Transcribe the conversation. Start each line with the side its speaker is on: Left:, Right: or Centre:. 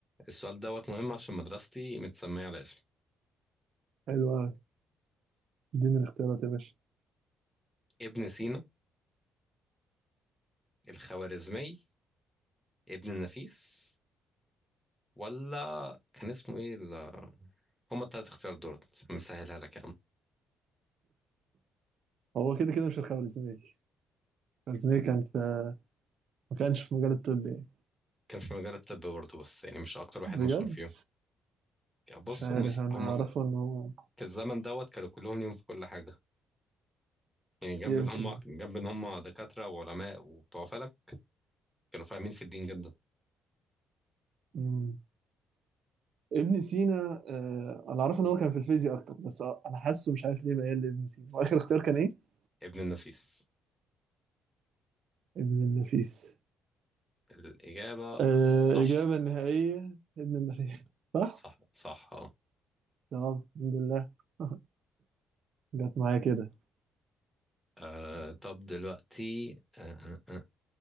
Centre: السؤال دوت مهم عشان مدرستي متسمية على اسمي
Right: حلو اوي اديني الاختيارات يا باشا
Centre: ابن سينا الخوارزمي ابن النفيس ولا كان اسمه ايه ال... هما التلات اختيارات دولت مسهلها لك يا عم
Right: هو كده كده مش الخمر الزميل بس هي كان في ما كانش في مجال الطب يعني
Centre: كان في مجال الطب برضه بس يعني مش اكتر واحد
Right: بجد
Centre: مشهور فيهم بص
Right: مش عارف
Centre: هم
Right: انا
Centre: هم
Right: اعرفه
Centre: في
Right: ان هو
Centre: الزمن دوت كانوا كلهم ليهم في كل حاجه يعني جنب
Right: يمكن
Centre: ان هم جنب ان هم دكاتره وعلماء وبتوع فلك كانوا فاهمين في الدين جدا
Right: مم. ابن سينا آه انا اعرفه ان هو كان في الفيزياء اكتر بس انا حاسه مش عارف ليه ميال لابن سينا واخر اختيار كان ايه
Centre: ابن النفيس
Right: ابن النفيس
Centre: الاجابه
Right: آه
Centre: صح
Right: اجابه النهائيه ابن النفيس صح
Centre: صح صح اه
Right: تمام الحمد لله <laughs> جت معايا كده
Centre: آه، طب دلوقتي اه آه، آه.